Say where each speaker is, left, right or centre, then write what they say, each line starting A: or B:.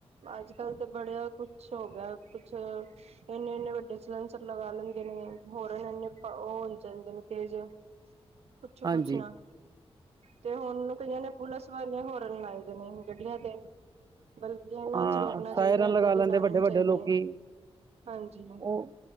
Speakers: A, on the right (about 80°); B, on the right (about 40°).
A: ਅੱਜ ਕੱਲ ਤੇ ਬੜਿਆ ਕੁਛ ਹੋ ਗਿਆ ਕੁਛ। ਇੰਨੇ ਇੰਨੇ ਵੱਡੇ ਸਿਲੰਸਰ ਲਗਾ ਲੈਂਦੇ ਨੇ ਹੋਰਨ ਇਨੇ ਇੰਨੇ ਉਹ ਹੋ ਜਾਂਦੇ ਨੇ ਤੇਜ। ਪੁੱਛੋ
B: ਹਾਂਜੀ
A: ਕੁਛ ਨਾ। ਤੇ ਹੁਣ ਕਈਆਂ ਨੇ ਪੁਲਿਸ ਵਾਲੀਆਂ ਹੋਰਨ ਲਾਏ ਦੇ ਨੇ ਗੱਡੀਆਂ ਤੇ। ਬਲਕਿ ਇਹਨਾਂ
B: ਹਾਂ
A: ਵਿੱਚ ਰੋਕਣਾ ਚਾਹੀਦਾ
B: ਸਾਇਰਨ
A: ਏਦਾਂ
B: ਲਗਾ
A: ਦੇ
B: ਲੈਂਦੇ
A: ਲਾਉਣੇ
B: ਵੱਡੇ
A: ਨੀ
B: ਵੱਡੇ
A: ਚਾਹੀਦੇ
B: ਲੋਕੀ
A: ਹਾਂ ਹਾਂਜੀ।
B: ਉਹ